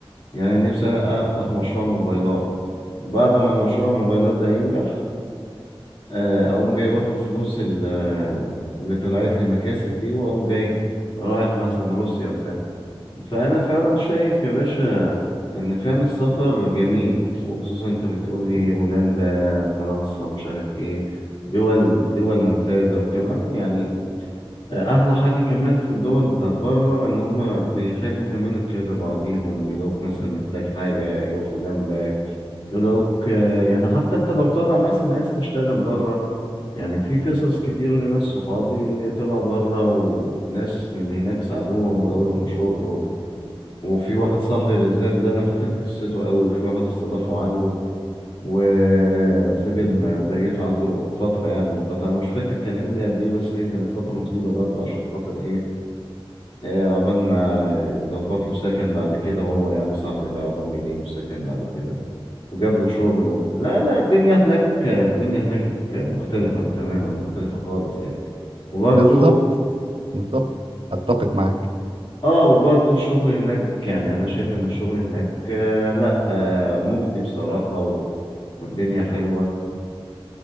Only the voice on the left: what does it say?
يعني نفسي افتح مشروع موبايلات وبعد ما مشروع الموبايلات ده ينجح آه، اقوم جاي واخد فلوس ال- آه، اللي طلعت لي مكاسب دي واقوم جاي رايح مثلا روسيا فأنا فعلا شايف يا باشا إن فعلا السفر جميل وخصوصا أنت بتقولي هولندا فرنسا مش عارف إيه دول دول ممتازة وكمان يعني أحلى حاجة كمان في الدول بتاعت بره إن هما بيحبوا كمان الخير لبعضيهم يلاقوك مثلا محتاج حاجة يقفوا جنبك يلاقوك آه، يعني حتى أنت لو طالع مثلا عايز تشتغل بره يعني في قصص كتير لناس صحابي طلعوا بره وناس من اللي هناك ساعدوهم ولاقوا لهم شغل وفي واحد صاحبي بالذات ده انا فاكر قصته قوي وفي واحد استضافه عنده وفضل مضيته عنده فترة يعني فترة مش فاكر كان ايه اللي قد ايه بس هي كانت فترة طويلة برضه عشان خاطر ايه إيه، عقبال ما يظبط له سكن بعد كده هو يعني صاحبي ده عقبال ما يلاقي له سكن بعد كده وجاب له شغل و... لا لا الدنيا هناك الدنيا هناك مختلفة تماما مختلفة خالص يعني وبرضه
اه وبرضه الشغل هناك يعني انا شايف ان الشغل هناك آه، لا آه، مجدي بصراحة و- والدنيا حلوة